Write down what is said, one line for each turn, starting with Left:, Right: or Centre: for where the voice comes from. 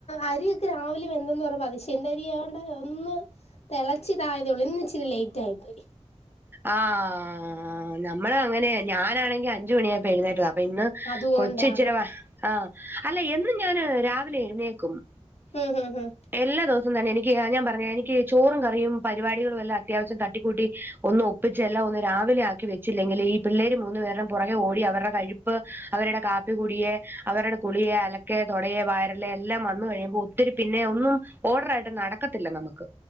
Left: അരിയൊക്കെ രാവിലെ വെന്തെന്ന് പറമ്പോ അതിശേ എറ്റാഅരി ആണ്ട് ഒന്ന് തെളച്ചി ഇതായതേ ഒള്ളൂ ഇന്ന് ഇച്ചിരി ലേറ്റ് ആയി പോയി
Right: ആഹ് നമ്മള അങ്ങനെയ ഞാനാണെങ്കി അഞ്ചുമണി അയപ്പ എഴ്ന്നേറ്റാത അപ്പ ഇന്ന്
Left: അതുകൊണ്ടാ
Right: കൊച്ച് ഇച്ചിരവ ആഹ് അല്ല എന്നും ഞാന് രാവിലെ എഴുന്നേക്കും
Left: ഹു ഹു ഹും
Right: എല്ലാ ദിവസം തന്നെ എനിക്ക് ആഹ് ഞാൻ പറഞ്ഞെ എനിക്ക് ചോറും കറിയും പരിപാടികളും എല്ലാം അത്യാവശ്യം തട്ടിക്കൂട്ടി ഒന്ന് ഒപ്പിച്ച് എല്ലാം ഒന്ന് രാവിലെ ആക്കി വെച്ചില്ലെങ്കിൽ ഈ പിള്ളേര് മൂന്ന് പേർടെ പുറകെ ഓടി അവർടെ കഴി പ്പ് അവരുടെ കാപ്പി കുടിയെ അവരുടെ കുളിയെ, അലക്കെ, തൊടയെ, വാരലെ, എല്ലാം വന്ന് കഴിമ്പോ ഒത്തിരി പിന്നെ ഒന്നും ഓഡർയിട്ട് നടക്കത്തില്ല നമുക്ക്